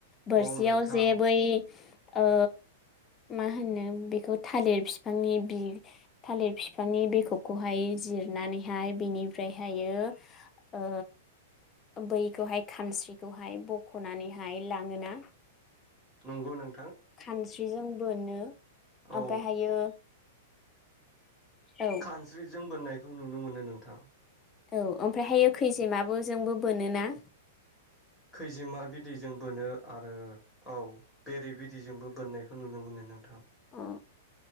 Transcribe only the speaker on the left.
बोरसियाव
जे बै ओ मा होनो बेखौ थालिर फिफांनि बि थालिर फिफांनि बिखबखौहाय जिरनानैहाय बिनिफ्राय हायो ओ बैखौहाय खानस्रिखौहाय बखनानैहाय लाङोना
खानस्रिजों बोनो
ओमफ्रायहायो औ
औ ओमफ्रायहायो खैजेमाबो जोंबो बोनोना
अ